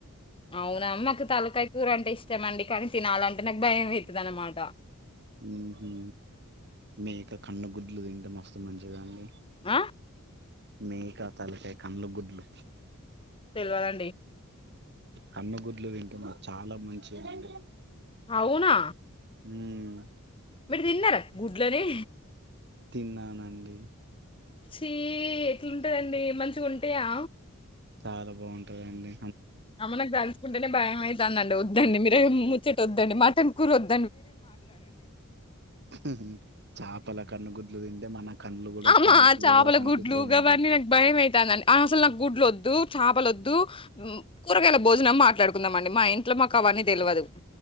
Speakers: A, on the left; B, on the right.
A: అవునా మాకు తలకాయ కూర అంటే ఇష్టం అండి కానీ తినాలంటే నాక్ భయం అయితది అనమాట
B: ఉహు మేక కన్ను గుడ్లు తింటే మస్తు మంచిదండి
A: ఆ
B: మేక తలకాయ కన్లు గుడ్లు
A: తెలవదండి.
B: కన్ను గుడ్లు తింటే మ చాలా మంచిదండి.
A: అవునా
B: మ్మ్
A: మీరు తిన్నారా గుడ్లనీ?
B: తిన్నానండి.
A: ఛీ ఎట్లుంటదండి మంచిగుంటయా?
B: చాలా బావుంటదండి.
A: అమ్మ నాకు దలుచుకుంటేనే భయమైతాందండి వద్దండి మీరే ముచ్చటొద్దండి మటన్ కూర వద్
B: ఊ హ్మ్ చాపల కన్ను గుడ్లు తింటే మన కళ్ళు కూడా
A: అమ్మా
B: చాలా క్లియర్
A: చేపల
B: గా కనిపిస్తాయండి
A: గుడ్లు గవన్నీ నాకు భయం అయితాందండి. అహ అసలు నాకు గుడ్లు ఒద్దు చాపలొద్దు. మ్మ్ కూరగాయల భోజనం మాట్లాడుకుందాంమండి మా ఇంట్లో మాకవన్నీ తెలవదు.